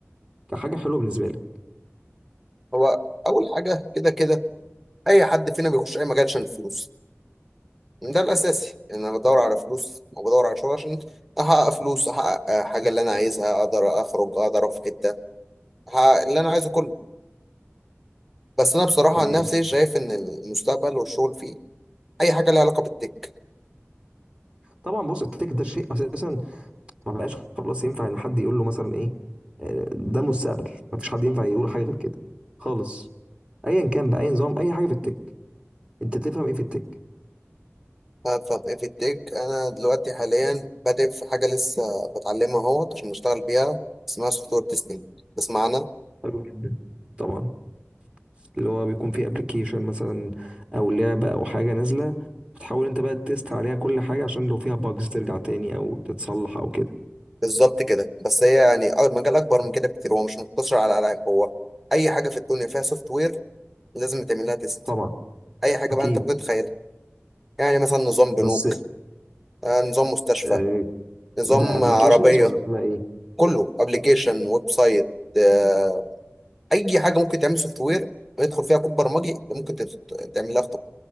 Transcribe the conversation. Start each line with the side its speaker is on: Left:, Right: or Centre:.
Right: كحاجة حلوة بالنسبة لك
Centre: هو اول حاجه كده كده اي حد فينا بيخش اي مجال عشان الفلوس ده الاساسي ان انا بدور على فلوس وبدور على شغل عشان احقق فلوس احقق آه، حاجه اللي انا عايزها اقدر اخرج اقدر اروح في حته احقق اللي انا عايزه كله بس انا بصراحه
Right: تمام
Centre: عن نفسي شايف ان المستقبل والشغل فيه اي حاجه لها علاقه بالتك
Right: طبعا بص التك ده شيء اساسا ما بقاش خلاص ينفع ان حد يقول له مثلا ايه آه، ده مستقبل ما فيش حد ينفع يقول حاجة غير كده خالص ايا كان بقى اي نظام اي حاجة في التك انت تفهم ايه في التك
Centre: ففي التك انا دلوقتي حاليا بادئ في حاجه لسه بتعلمها اهوت عشان اشتغل بيها اسمها سوفت وير تيستنج بسمعنا
Right: حلو جدا طبعا اللي هو بيكون فيه ابلكيشن مثلا او لعبة او حاجة نازلة بتحاول انت بقى تست عليها كل حاجة عشان لو فيها باجز ترجع تاني او تتصلح او كده
Centre: بالظبط كده بس هي يعني أه، المجال اكبر من كده بكتير هو مش مقتصر على العاب هو اي حاجه في الدنيا فيها سوفت وير لازم تعمل لها تيست
Right: طبعا
Centre: اي حاجه
Right: اكيد
Centre: بقى انت ممكن تتخيلها يعني مثلا نظام بنوك
Right: بس
Centre: آه، نظام مستشفى
Right: آه،
Centre: نظام
Right: ده ابلكيشنز
Centre: عربيه
Right: ولا بتبقى ايه
Centre: كله ابلكيشن ويب سايت آه، اي حاجه ممكن تعمل سوفت وير ويدخل فيها كود برمجي ممكن تت- تعمل لها